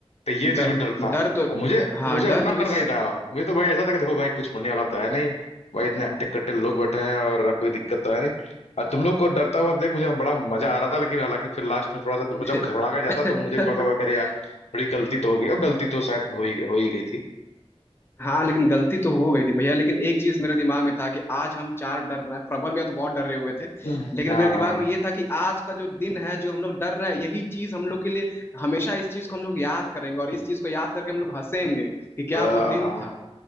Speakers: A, on the left (about 80°); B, on the left (about 20°).
A: तो ये
B: डर
A: चीज में डर था
B: डर तो
A: अब मुझे
B: हाँ
A: मुझे
B: डर
A: अपना
B: तो
A: डर
B: इस
A: नहीं था मुझे तो भाई ऐसा था कि देखो भाई कुछ होने वाला तो है नहीं भाई इतने हट्टे कट्टे लोग बैठे हैं और कोई दिक्कत तो है नहीं और तुम लोग को डरता हुआ देख मुझे बड़ा मजा आ रहा था लेकिन हालांकि फिर लास्ट में थोड़ा सा तुम लोग
B: <laughs>
A: जब घबरा गए ज्यादा तो मुझे भी थोड़ा सा हुआ कि अरे यार थोड़ी गलती तो हो गई और गलती तो शायद हो ही हो ही गई थी
B: हाँ लेकिन गलती तो हो गई थी भैया लेकिन एक चीज मेरे दिमाग में था कि आज हम चार डर रहे हैं प्रबल भैया तो बहुत डर रहे हुए थे
A: हम्म,
B: लेकिन
A: हाँ
B: मेरे
A: हाँ
B: दिमाग में ये था कि आज का जो दिन है जो हम लोग डर रहे हैं यही चीज हम लोग के लिए हमेशा इस चीज को हम लोग याद करेंगे और इस चीज को याद करके हम लोग हंसेंगे कि क्या
A: अ,
B: वो दिन था